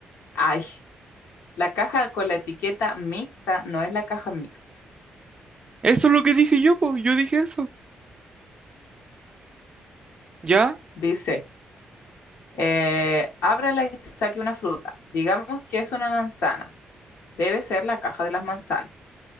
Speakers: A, on the left; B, on the right.
A: Ay, la caja con la etiqueta mixta no es la caja mixta.
B: Eso es lo que dije yo, po. Yo dije eso. ¿Ya?
A: Dice, eh, ábrala y saque una fruta. Digamos que es una manzana. Debe ser la caja de las manzanas.